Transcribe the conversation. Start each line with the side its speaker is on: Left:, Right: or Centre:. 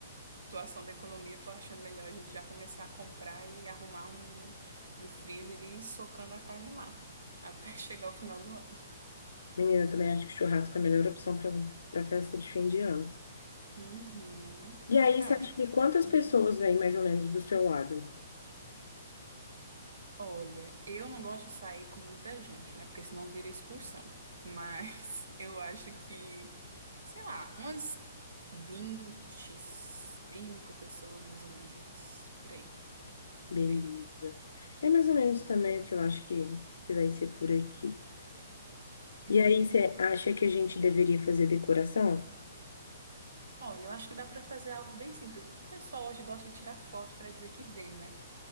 Right: situação da economia, eu tô achando melhor a gente já começar a comprar e arrumar um, um freezer e ir socando a carne lá, até <laughs> chegar ao final do ano.
Left: menina, eu também acho que churrasco é a melhor opção para para festa de fim de ano.
Right: Uhum.
Left: E aí,
Right: Ah,
Left: você
Right: eu
Left: acha
Right: acho que.
Left: que quantas
Right: Uhum.
Left: pessoas vêm mais ou menos do seu lado?
Right: Olha, eu não gosto de sair com muita gente, né? Porque senão vira excursão. Mas <laughs> eu acho que, sei lá, umas vinte, e cinco pessoas mais ou menos. Por aí,
Left: Beleza.
Right: por aí.
Left: É mais ou menos também o que eu acho que, que vai ser por aqui.
Right: Uhum.
Left: E aí, você acha que a gente deveria fazer decoração?
Right: Olha, eu acho que dá para fazer algo bem simples. O pessoal hoje gosta de tirar foto para dizer que veio, né?